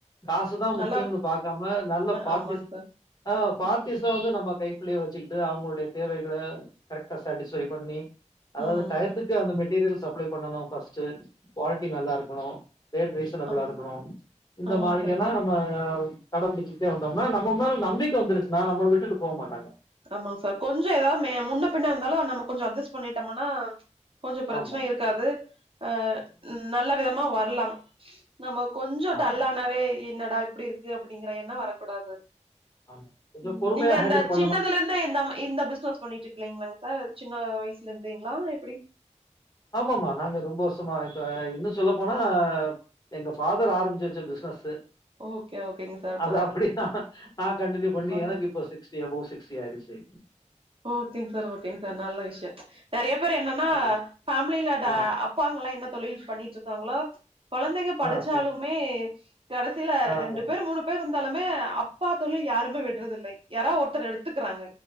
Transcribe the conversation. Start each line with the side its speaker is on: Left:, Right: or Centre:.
Left: காசுதா முக்கியம்னு
Right: நல்லா
Left: பாக்காம நல்ல பார்ட்டிஸ்
Right: ஆமாங் சார்
Left: ஆ பார்ட்டிஸ்ஸ
Right: ம்
Left: வந்து நம்ம கை குள்ளே வச்சுக்கிட்டு அவங்களுடைய தேவைகள கரெக்டா சேட்டிஸ்ஃபை பண்ணி
Right: ம்
Left: அதாவது
Right: ம்
Left: டயத்துக்கு
Right: ம்
Left: அந்த மெட்டீரியல் சப்ளை பண்ணணா ஃபஸ்ட்டு க்வாலிட்டி நல்லா இருக்கணு ரேட் ரீசனபிளா
Right: ஆமாங்
Left: இருக்கணு இந்த
Right: ஆமாங்
Left: மாதிரியான
Right: சார்
Left: ந்ந கடபுடிச்சிக்ட்டே வந்தோம்னா நம்ம மேல நம்பிக்க வந்துருச்சுன்னா நம்மள விட்டுட்டு போ மாட்டாங்க
Right: ஆமாங் சார் கொஞ்சோ எதாவ் மே முன்ன பின்ன இருந்தாலு நம்ம கொஞ்சோ அட்ஜஸ் பண்ணிட்டம்னா கொஞ்சோ ப்ரச்சன
Left: ஆமாமாமா.
Right: இருக்காது அ ம் நல்ல விதமா வர்லா நம்ம கொஞ்சோ
Left: ஆமா,
Right: டல்லானாவே என்னடா இப்டி இருக்கு அப்டிங்கற எண்ணோ வரக்கூடாது
Left: ஆமா கொஞ்சொ
Right: ம்
Left: பொறுமையா
Right: நீங்க
Left: ஹேண்டில்
Right: இந்த
Left: ப
Right: சின்னதுல இருந்தே இந்தம் இந்த பிசினஸ் பண்ணிட்ருக்கலீங்களாங் சார் சின்ன வயசுல இருந்தேங்களா எப்டி
Left: ஆமமா நாங்க ரொம்ப வருஷமா இப்ப இன்னு சொல்ல போனா எங்க ஃபாதர் ஆரம்பிச்சு வச்ச பிசினஸ்
Right: ஓகே, ஓகேங்க சார். இப்ப
Left: அது அப்டிதா நான் கண்டினியூ பண்ணி
Right: ஆ
Left: எனக்கு இப்ப சிக் ஸ்டி அபோவ் சிக்ஸ்டி ஆயிருச்சு
Right: ஓகேங் சார் ஓகேங் சார் நல்ல விஷயோ நெறைய பேர் என்னன்னா
Left: ஆமா.
Right: ஃபேமிலில டா
Left: ஆ,
Right: அப் பாங்களா என்ன தொழில் பண்ணிட்டு இருக்காங்களோ கொழந்தைங்க படிச்சாலுமே
Left: ஆ, ஆ,
Right: கடசில
Left: ஆ,
Right: ரெண்டு
Left: ஆ.
Right: பேர் மூணு பேர் இருந்தாலுமே அப்பா தொழில் யாருமே விடுறதுல்லை யாராவ் ஒருத்தர் எடுத்துக்கறாங்க